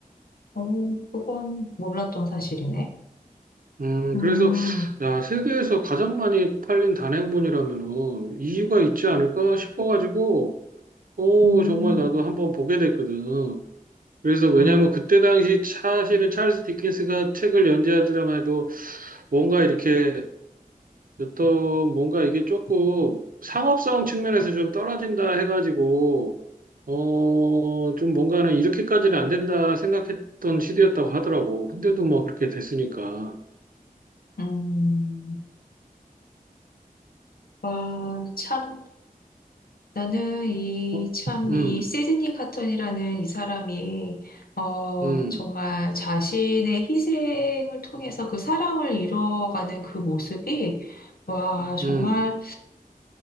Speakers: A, on the left; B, on the right.
A: 어, 그건 몰랐던 사실이네.
B: 음,
A: 음,
B: 그래서, 야, 세계에서 가장 많이 팔린 단행본이라면은, 이유가 있지 않을까 싶어가지고, 오,
A: 음,
B: 정말 나도 한번 보게 됐거든. 그래서 왜냐하면
A: 와,
B: 그때 당시 사실은 찰스 디킨스가 책을 연재하더라 해도 뭔가 이렇게 어떤 뭔가 이게 조금 상업성 측면에서 좀 떨어진다 해가지고 어 좀 뭔가는 이렇게까지는 안 된다 생각했던 시대였다고 하더라고. 근데도 뭐 그렇게 됐으니까.
A: 음, 와, 참. 나는 이,
B: 어?
A: 참,
B: 음,
A: 이 시드니 카턴이라는 이 사람이, 어,
B: 음,
A: 정말 자신의 희생을 통해서 그 사랑을 이뤄가는 그 모습이, 와, 정말
B: 음,